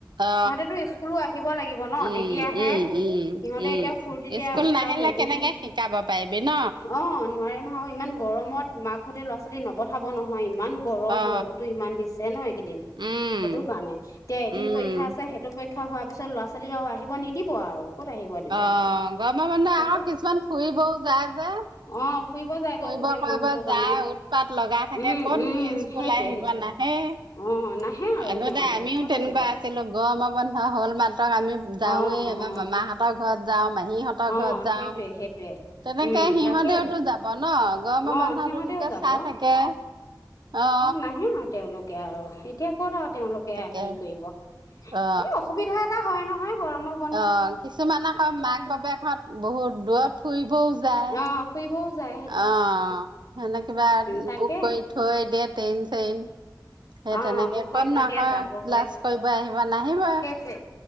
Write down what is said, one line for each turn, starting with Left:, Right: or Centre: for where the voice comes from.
Right: অ
Left: সিহঁতেতো স্কুলো আহিব লাগিব ন
Right: উম
Left: তেতিয়াহে
Right: -উম -উম-
Left: সিহঁতে
Right: উম
Left: এতিয়া ফূৰ্তিতে
Right: স্কুল
Left: আছে
Right: নাহিলে
Left: আৰু এদিন
Right: কেনেকে শিকাব পাৰিবি ন।
Left: অ নোৱাৰে নহয় আৰু ইমান গৰমত মাকহঁতে ল'ৰা ছোৱালী নপঠাব নহয় ইমান গৰম
Right: অ
Left: ৰ'দটো ইমান দিছে ন এইকেইদিন
Right: উম
Left: সেইটো কাৰণে এতিয়া এদিন
Right: উম
Left: পৰীক্ষা আছে সেইটো পৰীক্ পৰীক্ষা হোৱাৰ পিছত ল'ৰা ছোৱালী আৰু আহিব নিদিব আৰু ক'ত আহিব দিব
Right: অ গৰমৰ বন্ধ
Left: তাকে
Right: আহক কিছুমান ফুৰিবও যায় যে?
Left: অ ফুৰিব যায়
Right: ফুৰিব
Left: গৈ গোটেই
Right: কৰিব
Left: মাহটোৰ কাৰণে
Right: যায় উৎপাত লগাই থাকে
Left: উম
Right: ক'তনো
Left: উম
Right: স্কুল
Left: সেইটোৱে
Right: আহিব
Left: সেইটোৱে। অ
Right: নাহে
Left: নাহে আৰু
Right: আগতে
Left: সিহঁতে
Right: আমিও
Left: ক'ত
Right: তেনেকুৱা
Left: আহিব
Right: গৰমৰ বন্ধ হ'ল মাত্ৰক আমি যাওঁৱেই
Left: অ
Right: আমাৰ
Left: অ
Right: মামাহঁত হতৰ ঘৰত যাওঁ মাহীহঁতৰ
Left: অ',
Right: ঘৰত যাওঁ।
Left: সেইটোৱে সেইটোৱে-
Right: তেনেকে
Left: উম,
Right: সিহঁতেও
Left: তাকেই
Right: টো যাব ন গৰমৰ
Left: অ',
Right: বন্ধটোলেকে
Left: সিহঁতেও যাব
Right: চাই থাকে অ
Left: নাহে আৰু তেওঁলোকে আৰু এতিয়া কত আৰু তেওঁলোকে এয়া
Right: তাকে
Left: সেই কৰিব
Right: অ
Left: এই অসুবিধা অসুবিধা হয় নহয় গৰমত
Right: অ কিছুমান আকৌ মাক বাপেক হত বহুত দূৰত ফুৰিবও যায়।
Left: অ', ফুৰিবও যাই
Right: অ সিহঁতে কিবা
Left: তাকে
Right: বুক কৰি থৈ দিয়ে ট্ৰেইন চেইন সেই
Left: অ',
Right: তেনেকে
Left: বুক
Right: কতনু
Left: কৰি থৈ
Right: আকৌ
Left: দিয়া যাবগৈ
Right: ক্লাছ কৰিব আহিব নাহিবই
Left: সেইটোৱে